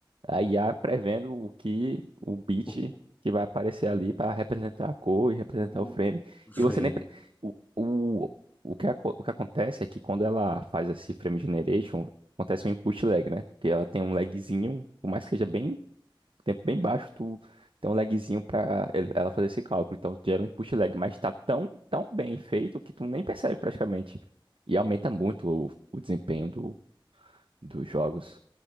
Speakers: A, on the right; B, on the left.
A: a IA prevendo o que o bit
B: o,
A: que vai aparecer ali para representar a cor e representar
B: o,
A: o frame.
B: o frame.
A: E você nem pre- o, o, o que aco- o que acontece é que quando ela faz esse frame generation, acontece um input lag, né? Porque ela tem um lagzinho, por mais que seja bem tempo bem baixo, tu tem um lagzinho para ela fazer esse cálculo. Então gera um input lag, mas está tão tão bem feito que tu nem percebe praticamente. E aumenta muito o, o desempenho do, dos jogos.